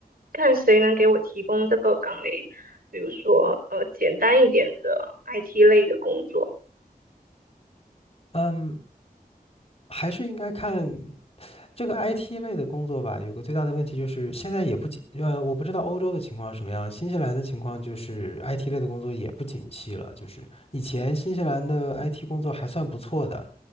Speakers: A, on the right (about 70°); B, on the left (about 40°).
A: 看谁能给我提供这个岗位，比如说呃简单一点的 IT 类的工作。
B: 嗯，还是应该看这个 IT 类的工作吧。有个最大的问题就是，现在也不景，呃，我不知道欧洲的情况什么样，新西兰的情况就是 IT 类的工作也不景气了。就是以前新西兰的 IT 工作还算不错的，